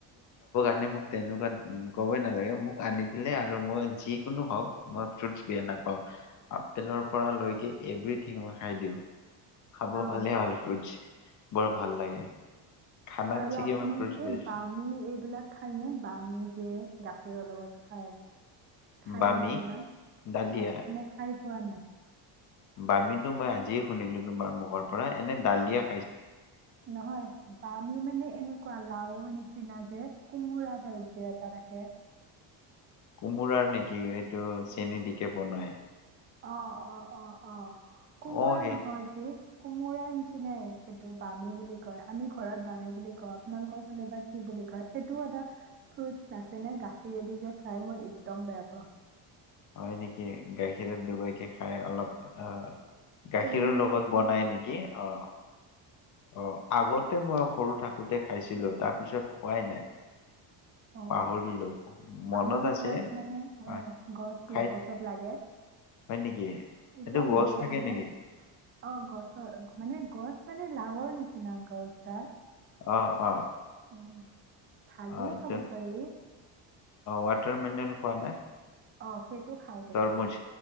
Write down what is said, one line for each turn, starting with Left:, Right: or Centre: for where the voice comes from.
Left: মানে মোক তেনেকুৱা ক'বই নালাগে মোক আনি দিলে আৰু মই যি কোনো হওক মই ফ্ৰুটছ বিয়া নাপাওঁ আপেলৰ পৰা লৈকে এভৰিথিং মই খাই দিওঁ খাব
Right: অ',
Left: ভালে হল ফ্ৰুটছ বৰ ভাল লাগে খানাত
Right: আৰু
Left: চিকি
Right: আপুনি
Left: মই ফ্ৰুটছ বেছি
Right: এই বামি এইবিলাক খায়নে বামি জে গাখীৰৰ লগত খায় খাই
Left: বামি
Right: নে এইবিলাক
Left: ডালিয়া
Right: আহ নে খাই পোৱা নাই
Left: বামীটো মই আজিয়ে শুনিলো তোমাৰ মুখৰ পৰা এনে দালিয়া
Right: নহয় বা আমি মানে এনেকুৱা লাও নিচিনা যে কোমোৰা টাইপ যে এটা থাকে
Left: কোমোৰাৰ নেকি এইটো চেনী দিকে বনোৱাই
Right: অ অ অ অ কোমোৰা
Left: অ সেই
Right: নহয় ঠিক কোমোৰাাৰ নিচিনাই ইেইটো বামী বুলি কয় আমি ঘৰত বামী বুলি কওঁ আপোনালোকৰ ফালে বা কি বুলি কয় সেইটোও এটা ফ্ৰুটছ তাত মানে গাখীৰেদি যে খাই মই এক্দম বেয়া পাওঁ
Left: হয় নেকি গাখীৰত ডবাইকে খাই অলপ আহ গাখীৰৰ
Right: চেনি
Left: লগত বনাই নেকি অ অ আগতে মই সৰু থাকোতে খাইছিলো তাৰ পিছত খোৱাই নাই
Right: অ
Left: পাহৰিলো মনত
Right: আমাৰ
Left: আছে
Right: ঘৰত মানে
Left: হয়
Right: অ গছ
Left: খাই
Right: গছত লাগে
Left: হয় নেকি
Right: এতিয়াও
Left: এইটো গছ
Right: দিয়ে
Left: থাকে
Right: মানে
Left: নেকি
Right: অ গছৰ মানে গছ মানে লাৱৰ নিচিনা গছডাল
Left: অ অ
Right: উম। ভাজিও
Left: অ
Right: খাব
Left: ত
Right: পাৰি
Left: ৱাটাৰ মিনল খোৱা নাই
Right: অহ সেইটো খাওঁ কিন্তু
Left: তৰমুজ